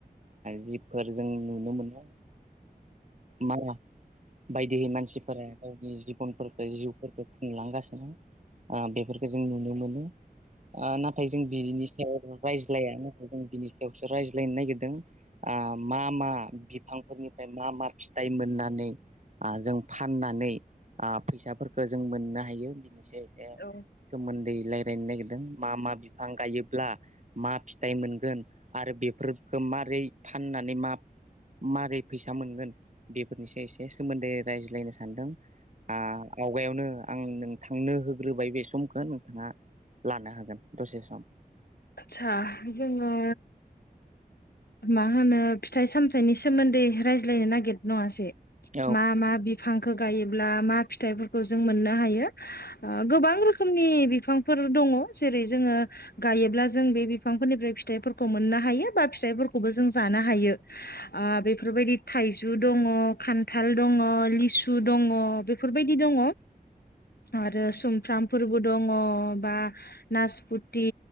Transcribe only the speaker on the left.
औ
आदसा जोङो मा होनो फिथाइ सामथायाइनि सोमोन्दै रायज्लायनो नागिर नङासै
मा मा बि फांखौ गायोब्ला मा फिथाइफोरखौ जों मोननो हायो गोबां रोखोमनि बिफांफोर दङ जेरै जोङो गायोब्ला जों बे बिफांफोरनिफ्राय फिथाइफोरखौ मोननो हायो बा फिथाइफोरखौबो जों जानो हायो आ बेफोरबायदि थाइजौ दङ खान्थाल दङ लिसु दङ बेफोरबायदि दङ आरो सुमफ्राम फोरबो दङ बा नासपुति